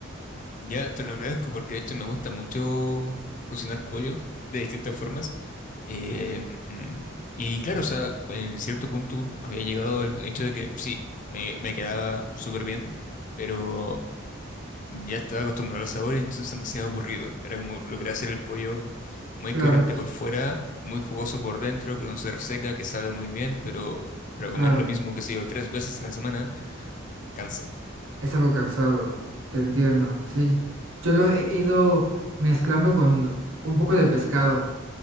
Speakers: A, on the left; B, on the right.
A: Ya, te lo agradezco porque de hecho me gusta mucho cocinar pollo de distintas formas. Eh, mm, y claro, o sea, en cierto punto había llegado el hecho de que sí, me, me quedaba súper bien, pero ya estaba acostumbrado al sabor y entonces demasiado aburrido. Era como logré hacer el pollo muy
B: Claro,
A: crocante por fuera, muy jugoso por dentro, que no se reseca, que sabe muy bien, pero para comer
B: claro.
A: lo mismo que sé yo tres veces a la semana, cansa.
B: Es algo cansado, te entiendo. Sí, yo lo he ido mezclando con un poco de pescado,